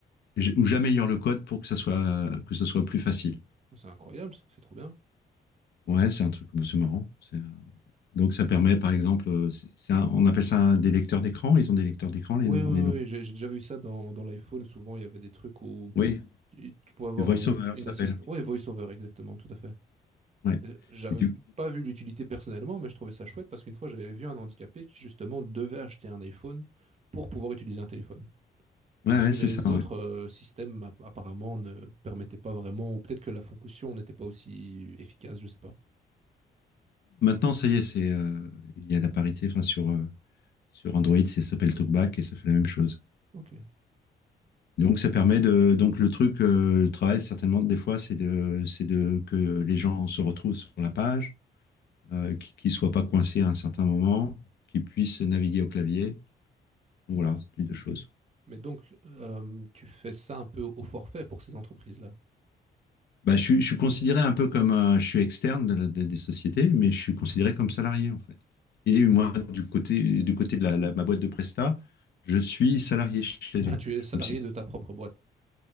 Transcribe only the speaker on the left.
J- Ou j'améliore le code pour que ça soit, que ça soit plus facile.
Ouais, c'est un truc, bon, c'est marrant. Donc ça permet, par exemple, euh, c'est- c'est un- on appelle ça un- des lecteurs d'écran. Ils ont des lecteurs d'écran, les
noms,
les noms.
Oui,
du voice-over
ça s'appelle.
Ouais.
Et du...
ouais,
ouais,
c'est
ça. ouais.
Maintenant, ça y est, c'est euh, il y a la parité. Enfin, sur euh, sur Android, c'est- ça s'appelle TalkBack et ça fait la même chose.
Donc ça permet de donc le truc, euh, le travail certainement des fois, c'est de c'est de que les gens se retrouvent sur la page, euh, qu'ils qu'ils soient pas coincés à un certain moment, qu'ils puissent naviguer au clavier. Donc,
voilà, ce type de choses.
Bah, je, suis- je suis considéré un peu comme un- je suis externe de la- de- des sociétés, mais je suis considéré comme salarié en fait. Et moi, du côté, du côté de la, la- ma boîte de Presta, je suis salarié chez eux.
Je
suis comme si,